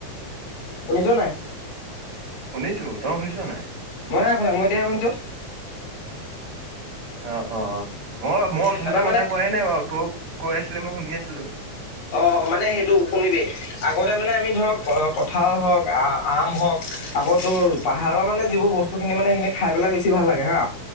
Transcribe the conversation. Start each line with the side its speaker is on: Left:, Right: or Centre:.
Left: শুনিছ নাই?
Right: শুনিছো, তই শুনিছ নাই?
Left: মই নাই শুনা, মই এতিয়াহে শুনিছোঁ।
Right: অ অ, মই-মই অথনিৰ
Left: তাৰপৰা
Right: পৰা কথা
Left: মানে
Right: কোৱাই নাই বাৰু তোক কৈ আছিলি, মই শুনি আছিলো।
Left: অ-অ, মানে সেইটো শুনিবি। আগতে মানে আমি ধৰক কঠাল, হওক আ- আম হওক, আকৌ তোৰ পাহাৰৰ মানে যিবোৰ বস্ বস্তুখিনি মানে সেইখিনি খাই পেলাই বেছি ভাল লাগে হা।